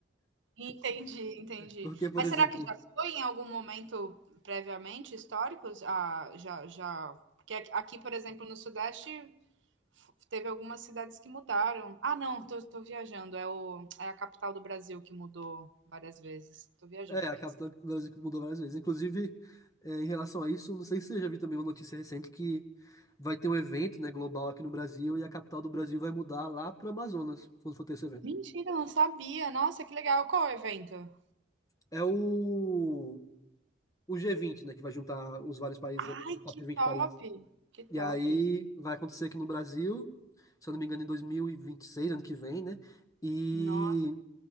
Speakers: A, on the right (about 70°); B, on the left (about 15°).
A: Entendi, entendi.
B: Porque, por
A: Mas
B: exemplo,
A: será que já foi em algum momento previamente históricos? Ah, já já porque aqui aqui, por exemplo, no Sudeste f teve algumas cidades que mudaram. Ah, não, tô tô viajando, é o é a capital do Brasil que mudou várias vezes. Tô viajando
B: é a
A: aqui.
B: capital do Brasil que mudou várias vezes. Inclusive, é, em relação a isso, não sei se você já viu também uma notícia recente que vai ter um evento, né, global aqui no Brasil e a capital do Brasil vai mudar lá para o Amazonas, quando for ter esse evento.
A: Mentira, não sabia. Nossa, que legal. Qual é o evento?
B: É o, o G20, né, que vai juntar os vários países,
A: Ai,
B: o top
A: que
B: 20
A: top,
B: países
A: que top.
B: E aí vai acontecer aqui no Brasil, se eu não me engano, em 2026, ano que vem, né? E
A: Nossa,